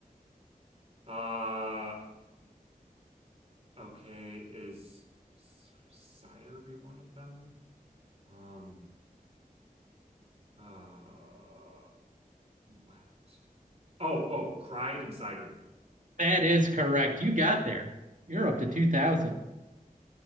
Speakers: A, on the right (about 45°); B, on the right (about 60°).
A: Uh, okay, is s- cider be one of them? Um, uh, wept. Oh, oh, cried and cider.
B: That is correct. You got there. You're
A: All
B: up
A: right.
B: to 2000.